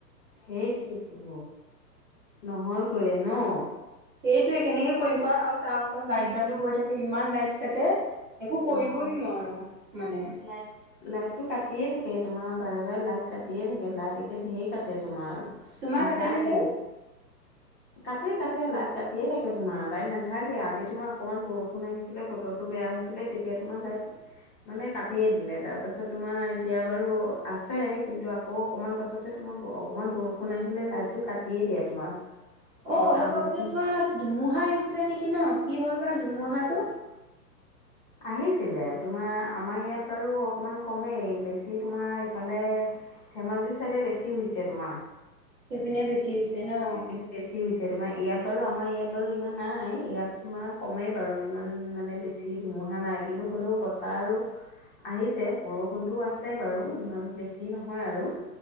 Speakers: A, on the left; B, on the right.
A: সেইটোৱেইটো, নহয় গৈয়ে ন।
B: সেইটোৱে কেনেকে কৰিম কোৱা আৰু তাৰ ওপৰত লাইট ডালো গৈ থাকে, ইমান লাইট কাটে। একো
A: বা
B: কৰিবই নোৱাৰো মানে।
A: লাইট লাইটটো কাটিয়ে থাকে, তোমাৰ বাৰে বাৰে লাইট কাটিয়ে থাকে। লাইট একে ঢেৰ কাটে তোমাৰ।
B: তোমাৰ
A: নাথাকেই।
B: কাটেনে লাইট
A: কাটে কাটে লাইট কাটিয়ে থাকে তোমাৰ, লাইট নাথাকেই। আজি তোমাৰ অকমান বৰষুণ আহিছে ছিলে, বতৰটো বেয়া হৈছিলে, তেতিয়া তোমাৰ লাইট মানে কাটিয়ে দিলে। তাৰপাছত তোমাৰ এতিয়া বাৰু আছে, কিন্তু আকৌ অকণমান পাছতে তোমাৰ বৰ অক অকণমান বৰষুণ আহিলে, লাইটটো কাটিয়ে দিয়ে তোমাৰ।
B: অ',
A: বতাহ
B: অলপ
A: বৰষুণ
B: আগতে তোমাৰ ধুমুহা আহিছিলে নেকি ন? কি হ'ল বা ধুমুহাটো!
A: আহিছিলে, তোমাৰ আমাৰ ইয়াত বাৰু অকণমান কমেই, বেছি তোমাৰ ইফালে ধেমাজি ছাইডে বেছি হৈছে তোমাৰ।
B: সেইপিনে বেছি হৈছে। ন
A: সেইপিনে বেছি হৈছে তোমাৰ, ইয়াত বাৰু আমাৰ ইয়াত বাৰু ইমান নাই। ইয়াত তোমাৰ কমেই বাৰু ইমান মানে বেছি বেছি ধুমুহা নাই কিন্তু হ'লেও বতাহ আৰু আহিছে, বৰষুণটো আছে বাৰু ইমান বেছি নহয় আৰু